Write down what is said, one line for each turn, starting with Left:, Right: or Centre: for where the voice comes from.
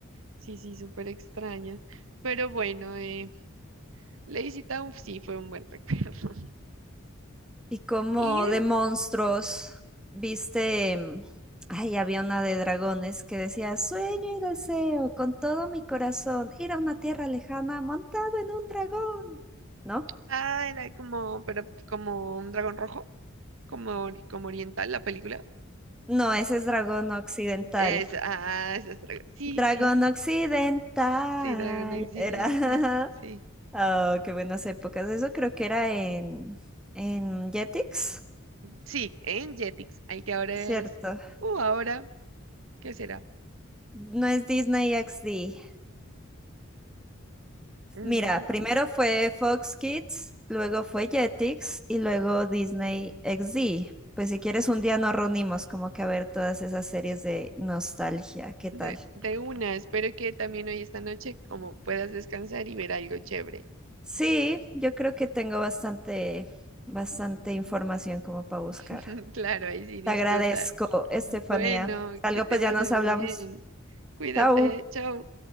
Right: Sí, sí, súper extrañas. Pero bueno, eh, Lazy Town sí fue un buen recuerdo. <laughs>
Centre: Y como
Right: Y,
Centre: de monstruos, viste, mm, ay, había una de dragones que decía, sueño y deseo con todo mi corazón ir a una tierra lejana montado en un dragón, ¿no?
Right: ah, era como, pero como un dragón rojo, como, ori- como oriental la película.
Centre: No, ese es dragón occidental.
Right: Es, ah, esa es dra- Sí,
Centre: Dragón
Right: sí,
Centre: occidental.
Right: sí, dragón occidental,
Centre: Era,
Right: sí.
Centre: <laughs> oh, qué buenas épocas. Eso creo que era en, en Jetix,
Right: Sí, en Jetix, hay que ahora
Centre: ¿cierto?
Right: es, uh, ahora, ¿qué será?
Centre: No es Disney XD.
Right: Mm,
Centre: Mira, primero fue Fox Kids, luego fue Jetix y luego Disney XD. Pues si quieres un día nos reunimos como que a ver todas esas series de nostalgia, ¿qué
Right: de,
Centre: tal?
Right: de una, espero que también hoy esta noche como puedas descansar y ver algo chévere.
Centre: Sí, yo creo que tengo bastante, bastante información como para buscar.
Right: <laughs> Claro, ahí sí disfruta.
Centre: Te agradezco, Estefanía.
Right: Bueno,
Centre: Algo
Right: que te
Centre: pues
Right: vaya
Centre: ya nos hablamos.
Right: bien. Cuídate,
Centre: Chao.
Right: chao.